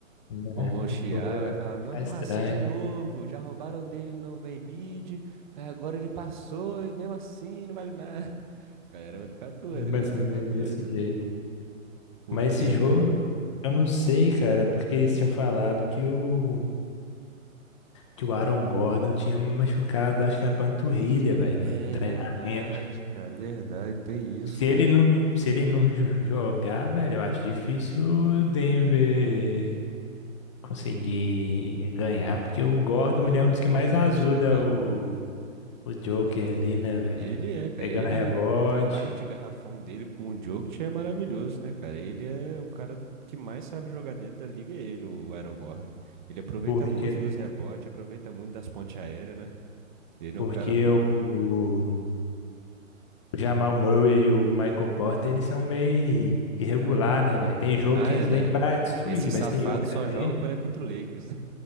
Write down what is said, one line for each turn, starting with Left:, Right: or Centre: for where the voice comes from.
Left: né? <laughs>
Right: Vão vão chiar,
Left: O povo já vai
Right: vai falar, nossa,
Left: ficar estranho.
Right: de novo, já roubaram dele no, no Embiid, aí agora ele passou e mesmo assim não vale nada. <laughs> A galera vai ficar doida,
Left: É Mais
Right: a galera
Left: ou
Right: vai ficar
Left: menos
Right: doida.
Left: desse jeito.
Right: Porque,
Left: Mas esse jogo,
Right: pô,
Left: eu não sei, cara, porque eles tinham falado que o, que o Aaron Gordon tinha machucado, acho que a panturrilha, velho,
Right: é
Left: no treinamento.
Right: verdade, cara, é verdade, tem isso,
Left: Se
Right: né?
Left: ele não, se ele não jo- jogar, velho, eu acho difícil o Denver conseguir ganhar, porque o Gordon
Right: Ele
Left: ele é
Right: é muito
Left: um dos
Right: importante,
Left: que mais ajuda
Right: né, cara?
Left: o, o Joker ali, né, velho?
Right: Ele é, cara.
Left: Pegando
Right: Ele,
Left: rebote,
Right: o trabalho de garrafão dele com o Jokic é maravilhoso, né, cara? Ele é o cara que mais sabe jogar dentro da liga, é ele, o Aaron Gordon. Ele aproveita
Left: porque,
Right: muito dos rebotes, aproveita muito das pontes aéreas, né? Ele
Left: porque
Right: é um cara, pô.
Left: o, o Jamal Murray e o Michael Porter, eles são meio irregular,
Right: Ah, cara.
Left: né, velho? Tem jogo
Right: Ah,
Left: que
Right: é,
Left: eles
Right: né?
Left: vêm pra destruir,
Right: Esse safado
Left: mas tem jogo
Right: só
Left: também,
Right: joga quando é contra o Lakers.